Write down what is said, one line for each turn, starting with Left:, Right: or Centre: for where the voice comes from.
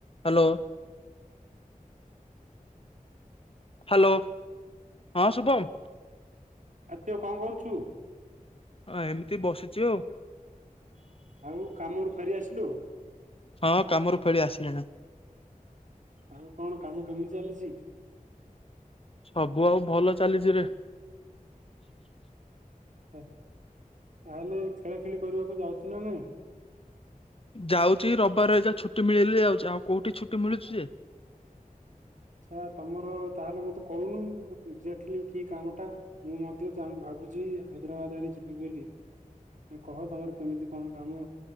Left: Hello. Hello ହଁ ଶୁଭମ୍।
Right: ଆଉ ତୁ କଣ କରୁଛୁ।
Left: ହଁ ଏମିତି ବସିଚି ଆଉ।
Right: ଆଉ କାମରୁ ଫେରି ଆସିଲୁ।
Left: ହଁ କାମରୁ ଫେଳି ଆସିଲିଣି।
Right: ଆଉ କଣ କାମ କେମିତି ଚାଲିଚି।
Left: ସବୁ ଆଉ ଭଲ ଚାଲିଚି ରେ।
Right: ଆଛା ତାହେଲେ ଖେଳା ଖେଳି କରିବାକୁ ଯାଉଚୁ ନା ନାଇଁ।
Left: ଯାଉଚି ରବିବାର ଏଜାଏଁ ଛୁଟି ମିଳିଲେ ଯାଉଚି ଆଉ କୋଉଠି ଛୁଟି ମିଳୁଚି ଯେ।
Right: ସଳା ତମର ତାହେଲେ ମତେ କହୁନୁ ଏଜାକ୍ଟଲି କି କାମ ଟା। ମୁଁ ମଧ୍ୟ ଚା ଭାବୁଚି ହାଇଦ୍ରାବାଦ ଆଡେ ଯିବି ବୋଲି। କହ ତମର କେମିତି କଣ କାମ